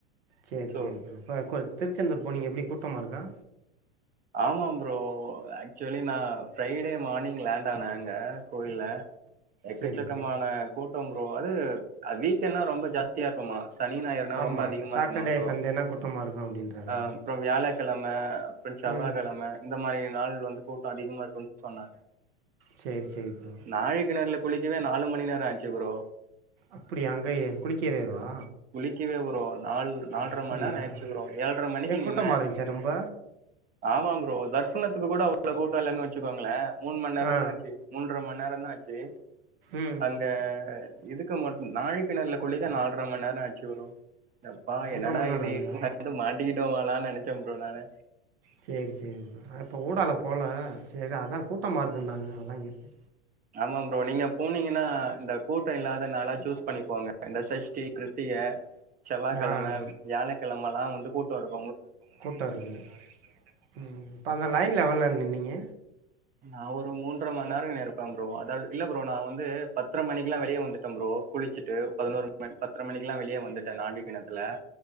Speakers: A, on the right (about 65°); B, on the right (about 25°).
A: சேரி
B: சோ
A: சேரி ப்ரோ இப்ப திருச்செந்தூர் போனீங்க எப்டி கூட்டமா இருக்கா
B: ஆமா ப்ரோ ஆக்சுவலி நா ஃப்ரைடே மார்னிங் லேண்ட் ஆன அங்க கோயில்லா எக்கச்சக்கமான
A: சரி ப்ரோ
B: கூட்டோ ப்ரோ அது வீக்கெண்டா ரொம்ப ஜாஸ்தியாருக்குமா சனி ஞாயர்னா
A: ஆமாம்
B: ரொம்ப அதிகமா
A: சாட்டர்டே
B: இருக்குமா ப்ரோ
A: சண்டேனா கூட்டமாக இருக்கும் அப்படின்றாங்க
B: அ அப்புறம் வியாலக்கெளம செவ்வா
A: ம்
B: கெளம இந்த மாரி நாள் வந்து கூட்டோ அதிகமாருக்கோன் சொன்னாங்க
A: செரி செரி ப்ரோ
B: நாழி கிணறுல குளிக்கவே நாலு மணி நேரோ ஆயிச்சி ப்ரோ
A: அப்டியா அங்கயே குளிக்கவேவா
B: குளிக்கவே ப்ரோ நாள் நாள்ற
A: அப்படியா
B: மண் நேரோ ஆயிடுச்சி ப்ரோ ஏல்ற மணிக்கு
A: ஏன் கூட்டமாக
B: நின்ன
A: இருந்துச்சா ரொம்ப
B: ஆமாம் ப்ரோ தரிசனத்துக்கு கூட அவள கூட்டம் இலன்னு வச்சுக்கோங்களே முண்மணி நேரம்தான்
A: ஆ
B: ஆச்சி மூன்ற மணி கொன்னேரந் தா ஆச்சி
A: ம்
B: அங்க இதுக்கு மட்டு நாழிகெணறுலா குளிக்க நால்ர மண் நேரோ என்ன ஆச்சி ப்ரோ அடப்பாவி
A: ஆல்ரை
B: என்னடா
A: மணி நேரம்
B: இது
A: ஆகுதா
B: வந்து மாட்டிக்கிட்டோமாடான்னு நெனச்ச ப்ரோ நானு
A: சேரி சேரி நா இப்போ ஊடால போல சேரி அதா கூட்டமாருக்குன்னாங்க அதா கேட்டே
B: ஆமா ப்ரோ நீங்க போனீங்கன்னா இந்த கூட்டோ இல்லாத நாளா சூஸ் பண்ணிப்போங்க இந்த சஷ்டி கிருத்திக க செவ்வாகெளம
A: ஆ
B: வியாலக்கெளமல்லா வந்து கூட்டோருக்
A: கூட்டோருக்கு ம் இப்போ அந்த லைன்ல்ல எவ்ள நேரோ நின்னிங்க
B: நா ஒரு மூன்ற மண் நேரோ நின்னுருப்ப ப்ரோ அதாது இல்ல ப்ரோ நா வந்து பத்ற மணிக்குல்லா வெளிய வந்துட்ட ப்ரோ குளிச்சிட்டு பதினோரு மண் பத்ர மணிக்குல்லா வெளிய வந்துட்ட நாழி கெணத்துல